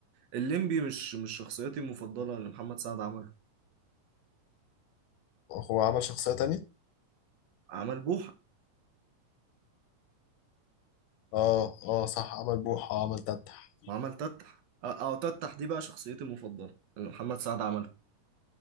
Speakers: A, on the right; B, on the left.
A: الليمبي مش مش شخصيتي المفضله اللي محمد سعد عمله
B: هو عمل شخصية تانية
A: عمل بوحه
B: اه اه صح عمل بوحة عمل تتح
A: وعمل تتح او تتح دي بقى شخصيتي المفضله اللي محمد سعد عمله